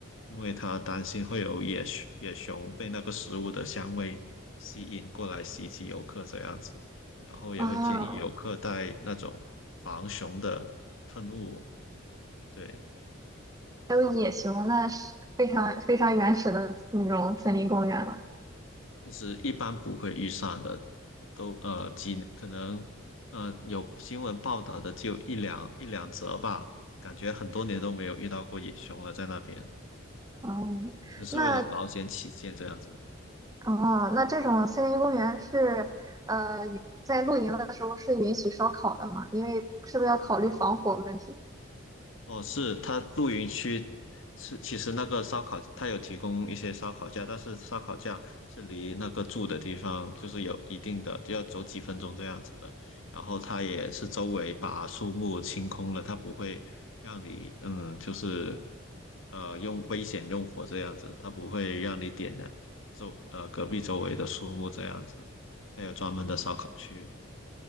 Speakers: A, on the left; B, on the right.
A: 因为它担心会有野熊野熊被那个食物的香味吸引过来袭击游客这样子，然后也会建议游客带那种防熊的喷雾。
B: 啊，
A: 对，
B: 还有野熊，那是非常非常原始的那种森林公园了。
A: 其实一般不会遇上的，都呃几可能呃有新闻报道的就一两一两则吧，感觉很多年都没有遇到过野熊了，在那边
B: 哦，
A: 只是为了保险起见这样子。
B: 那哦，那这种森林公园是呃，允在露营的时候是允许烧烤的吗？因为是不是要考虑防火问题？
A: 哦，是它露营区是其实那个烧烤它有提供一些烧烤架，但是烧烤架是离那个住的地方就是有一定的，就要走几分钟这样子的。然后它也是周围把树木清空了，它不会让你嗯，就是呃用危险用火这样子，它不会让你点燃周呃隔壁周围的树木这样子，还有专门的烧烤区。